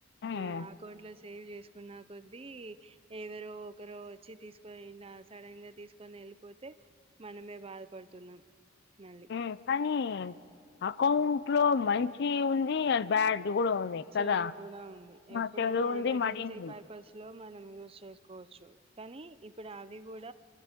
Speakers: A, on the left; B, on the right.
A: ఉమ్,
B: మ్మ్ ఆ అకౌంట్ లో సేవ్ చేసుకున్న కొద్ది ఎవరో ఒకరో వచ్చి తీసుకొని ఇలా సడన్ గా తీసుకొని వెళ్ళిపోతే మనమే బాధపడుతున్నాం. మళ్ళీ
A: మ్మ్ కానీ అకౌంట్ లో మంచి ఉంది అ బ్యాడ్ కూడా ఉంది
B: చెడు
A: కదా
B: కూడా ఉంది
A: ఆ,
B: ఎప్పుడైనా
A: చెడు ఉంది
B: ఎమర్జెన్సీ
A: మడి ఉంది
B: పర్పస్ లో మనం యూజ్ చేసుకోవచ్చు కానీ ఇప్పుడు అవి గూడ